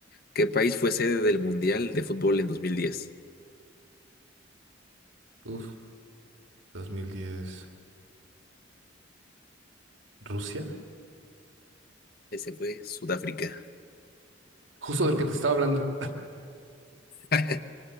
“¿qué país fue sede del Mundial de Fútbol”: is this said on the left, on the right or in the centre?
Left